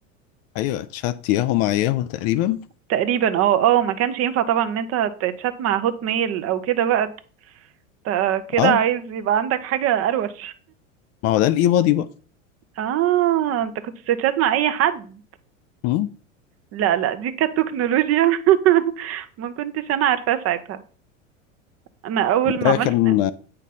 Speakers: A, on the left; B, on the right.
A: ايوه تشات ياهو مع ياهو تقريبا
B: تقريبا اه اه ما كانش ينفع طبعا ان انت تتشات مع هوت ميل او كده بقى انت كده
A: اه
B: عايز يبقى عندك حاجة اروش
A: ما هو ده الاي بادي بقى
B: اه انت كنت بتتشات مع اي حد
A: مم.
B: لا لا دي كانت تكنولوجيا <laughs> ما كنتش انا عارفاها ساعتها انا اول
A: ما
B: ما
A: ده
B: عملت
A: كان